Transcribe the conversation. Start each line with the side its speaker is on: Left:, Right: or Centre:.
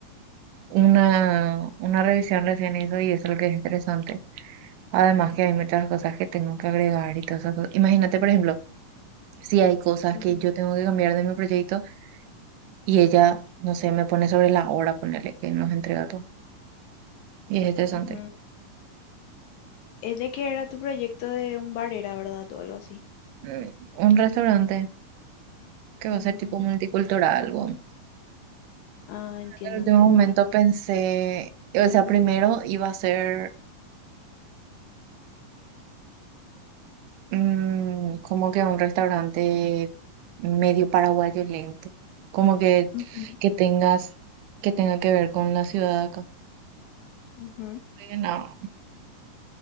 Right: una, una revisión recién hizo y eso es lo que es interesante. Además que hay muchas cosas que tengo que agregar y todas esas cosas. Imagínate, por ejemplo, si hay cosas
Left: ujú,
Right: que yo tengo que cambiar de mi proyecto y ella, no sé, me pone sobre la hora, ponerle que nos entrega todo. Y es interesante.
Left: ujú. Es de que era tu proyecto de un bar, era verdad, o algo así.
Right: Mm, Un restaurante que
Left: Mm,
Right: va a ser tipo multicultural, bueno.
Left: ah, entiendo,
Right: En el último
Left: entiendo.
Right: momento pensé, o sea, primero iba a ser Mm, como que un restaurante medio paraguayo lento, como que,
Left: Ujú,
Right: que tengas, que tenga que ver con la ciudad de acá.
Left: ujú.
Right: Y No,